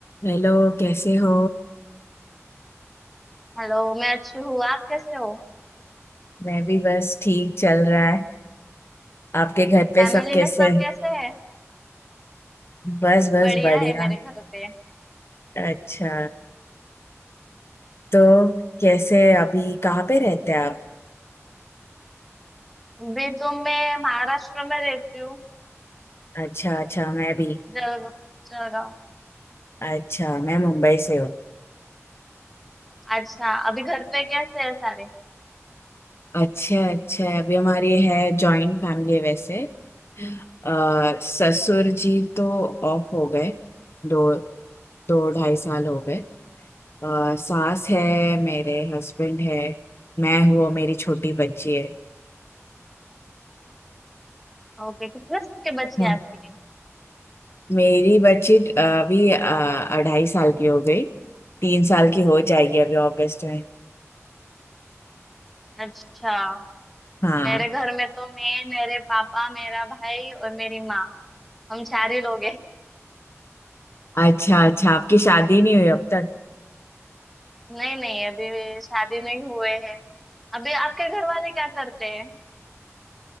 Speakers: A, on the left; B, in the centre.
A: Hello कैसे हो
B: Hello मैं अच्छी हूँ आप कैसे हो
A: मैं भी बस ठीक चल रहा है आपके घर पे
B: फैमिली
A: सब कैसे
B: में सब
A: हैं?
B: कैसे हैं
A: बस बस
B: बढ़िया
A: बढ़िया
B: है मेरे घर पे
A: अच्छा तो कैसे अभी कहाँ पे रहते हैं आप
B: अभी तो मैं महाराष्ट्र में रहती हूँ
A: अच्छा अच्छा मैं भी
B: जलगांव जलगांव
A: अच्छा मैं मुंबई से हूँ
B: अच्छा अभी घर पे कैसे हैं सारे
A: अच्छा अच्छा अभी हमारी है जॉइंट फैमिली है। वैसे आ, ससुर जी तो ऑफ हो गए दो दो ढाई साल हो गए अ, सास है मेरे हस्बैंड है मैं हूँ और मेरी छोटी बच्ची
B: ओके कितने साल के बच्चे
A: है
B: हैं आपके
A: मेरी बच्ची अ, अभी अ, अढ़ाई साल की हो गई तीन साल की हो जाएगी अभी अगस्त में
B: अच्छा
A: हाँ
B: मेरे घर में तो मैं मेरे पापा मेरा भाई और मेरी माँ हम चार ही लोग हैं
A: अच्छा अच्छा आपकी शादी नहीं हुई अब तक
B: नहीं नहीं अभी शादी नहीं हुए हैं अभी आपके घर वाले क्या करते हैं